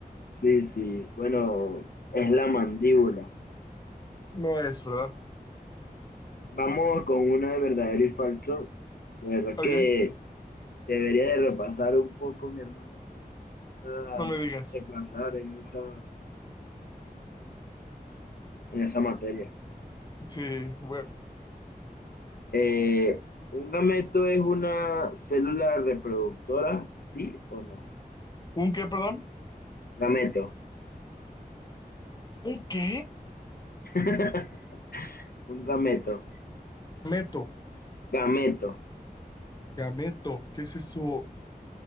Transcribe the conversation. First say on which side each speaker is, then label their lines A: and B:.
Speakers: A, on the left (about 70°); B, on the left (about 25°).
A: Sí, sí. Bueno, es la mandíbula.
B: no es, ¿verdad?
A: Vamos con una de verdadero y falso. De verdad
B: Ok,
A: que debería de repasar un poco mi hermano porque no está
B: no me digas.
A: de plazar en esa, en esa materia.
B: Sí, bueno.
A: Eh, ¿un gameto es una célula reproductora? ¿Sí o no?
B: ¿Un qué, perdón?
A: Gameto.
B: ¿Un qué?
A: <laughs> Un gameto.
B: Gameto,
A: Gameto.
B: gameto, ¿qué es eso?